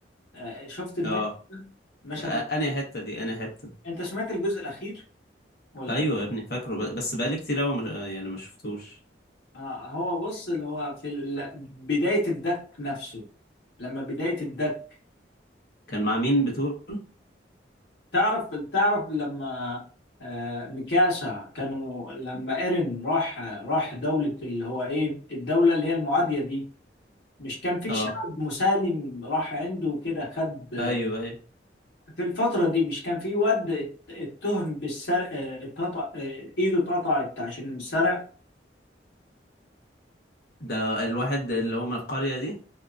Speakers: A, on the left; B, on the left.
A: آه، شفت المشهد
B: اه
A: ده؟ المشهد
B: انا
A: ده؟
B: حتة دي انا حتة
A: انت سمعت الجزء الاخير ولا
B: ايوه
A: لا
B: يا ابني فاكره ب- بس بقالي كتير قوي يعني ما شفتوش
A: آه هو بص اللي هو في ال- بداية الدك نفسه لما بداية الدك
B: كان مع مين بتقول
A: تعرف تعرف لما آه، ميكاسا كانوا لما ايرين راح راح دولة اللي هو ايه الدولة اللي هي المعادية دي مش كان في
B: اه
A: شعب مسالم راح عنده كده خد
B: ايوه ايوه
A: في الفترة دي مش كان في واد ات- اتهم بالسرقة اتقطع آه، ايده اتقطعت عشان سرق
B: ده الواحد اللي هو من القرية دي